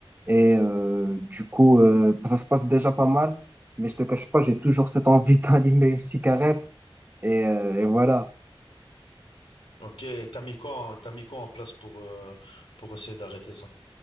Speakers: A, on the right; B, on the left.
A: Et euh, du coup, euh, ça se passe déjà pas mal. Mais je te cache pas, j'ai toujours cette envie <laughs> d'allumer une cigarette. Et, euh, et voilà.
B: Ok, et t'as mis quoi, en- t'as mis quoi en place pour, euh, pour essayer d'arrêter ça?